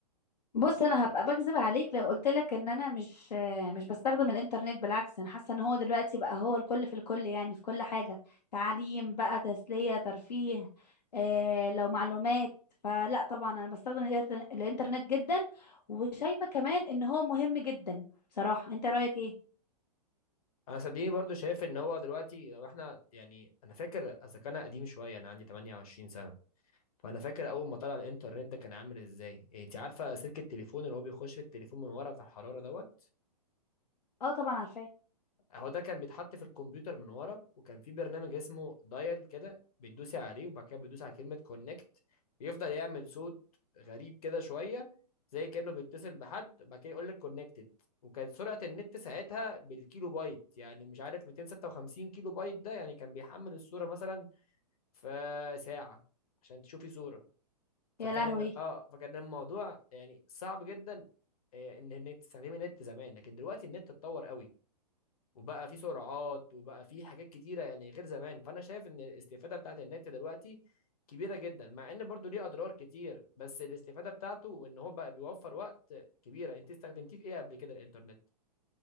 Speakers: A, on the left; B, on the left.
A: بص انا هبقى بكذب عليك لو قلت لك ان انا مش آه، مش بستخدم الانترنت بالعكس انا حاسه ان هو دلوقتي بقى هو الكل في الكل يعني في كل حاجه تعليم بقى تسليه ترفيه آه لو معلومات فلا طبعا انا بستخدم الإنتر- الانترنت جدا وشايفه كمان ان هو مهم جدا بصراحه انت رايك ايه
B: انا صدقيني برضو شايف ان هو دلوقتي لو احنا يعني انا فاكر اذا كان قديم شويه انا عندي 28 سنه فانا فاكر اول ما طلع الانترنت ده كان عامل ازاي إيه، انت عارفه سلك التليفون اللي هو بيخش في التليفون من ورا بتاع الحراره دوت
A: اه طبعا عارفاه
B: اهو ده كان بيتحط في الكمبيوتر من ورا وكان في برنامج اسمه دايل كده بتدوسي عليه وبعد كده بتدوسي على كلمه كونكت بيفضل يعمل صوت غريب كده شويه زي كانه بيتصل بحد وبعد كده يقول لك كونكتد وكانت سرعه النت ساعتها بالكيلو بايت يعني مش عارف 256 كيلو بايت ده يعني كان بيحمل الصوره مثلا في ساعه عشان تشوفي صوره فكان
A: يا لهوي
B: اه فكان الموضوع يعني صعب جدا آه، ان انك تستخدمي النت زمان لكن دلوقتي النت اتطور قوي وبقى فيه سرعات وبقى فيه حاجات كتيره يعني غير زمان فانا شايف ان الاستفاده بتاعت النت دلوقتي كبيره جدا مع ان برضو ليه اضرار كتير بس الاستفاده بتاعته وان هو بقى بيوفر وقت كبيره انت استخدمتيه في ايه قبل كده الانترنت